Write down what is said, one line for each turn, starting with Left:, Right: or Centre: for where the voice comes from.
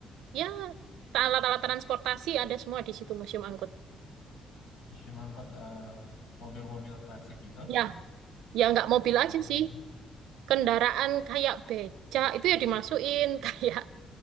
Right: ya alat-alat transportasi ada semua di situ museum angkut.
Left: museum angkut eh, mobil-mobil klasik gitu.
Right: Ya, ya nggak mobil
Left: Sama-
Right: aja sih. Kendaraan kayak becak itu ya dimasukin <laughs> kayak